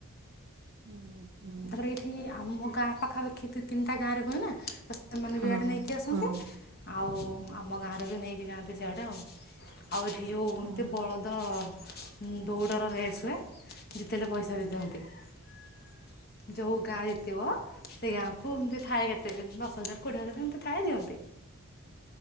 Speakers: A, on the right; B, on the left.
A: ହୁଁ ହୁଁ।
B: ତାପରେ ଏଇଠି ଆମ ଗାଁ ପାଖାପାଖି ଦି ତିନିଟା ଗାଁରେ ହୁଏ ନା ସେମାନେ
A: ହଁ
B: ବି ଇଆଡେ ନେଇକି ଆସନ୍ତି
A: ହଁ
B: ଆଉ ଆମ ଗାଁରେ ବି ନେଇକି ଯାନ୍ତି ସିଆଡ଼େ ଆଉ ଆଉ ଏଠି ଯୋଉ ଏମିତି
A: ହଁ
B: ବଳଦ ହୁଁ। ଦୌଡ଼ର ରେସ୍ ହୁଏ ଜିତିଲେ ପଇସା ବି ନ୍ତି <unintelligible> ଯେଉ ଗାଁ ଜିତିବ ସେ ଗାଁକୁ ଏମିତି ଥାଏ କେତେ ଦଶ ହଜାର କୋଡ଼ିଏ ହଜାର ଏମିତି ଥାଏ ଦିଅନ୍ତି।